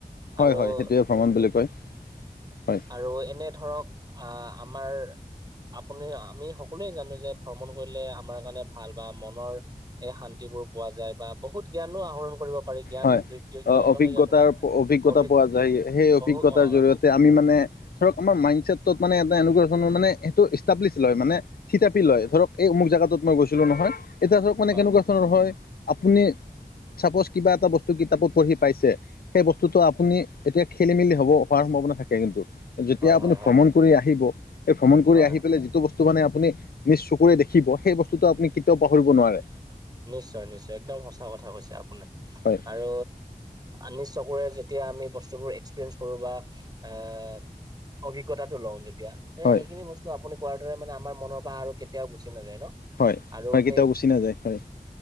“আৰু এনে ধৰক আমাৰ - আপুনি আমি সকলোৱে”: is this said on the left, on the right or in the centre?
Right